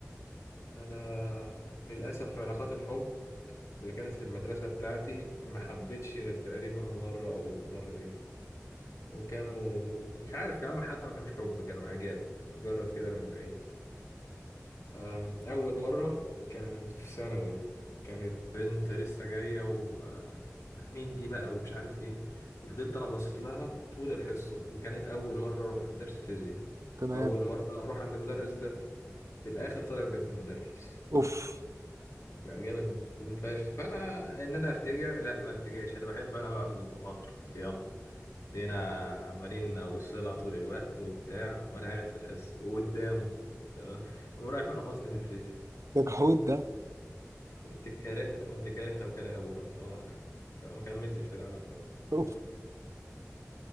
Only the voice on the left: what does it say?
انا للاسف في علاقات الحب اللي كانت في المدرسة بتاعتي ما حبيتش غير تقريبا مرة او مرتين وكانوا مش عارف كمان حتى ما كانوش حب كانوا اعجاب مجرد كده من بعيد أم، أول مرة كان في ثانوي كانت بنت لسه جاية و آه، مين دي بقى ومش عارف ايه وفضلت أنا باصص لها طول الحصة وكانت أول مرة أروح درس فيزياء
وأول مرة أروح عند المدرس ده في الآخر طلعت بنت المدرس
بقى جامد فشخ فأنا إن أنا أرتجع لا ما أرتجعش أنا بحب أنا بقى المخاطرة يلا دينا عمالين أبص لها طول الوقت وبتاع وأنا قاعد في الحصة وقدامه تمام قام رايح منقصني في الفيزياء
قمت كاره قمت كارهها وكاره أبوها الصراحة يعني فما كملتش في العلاقة دي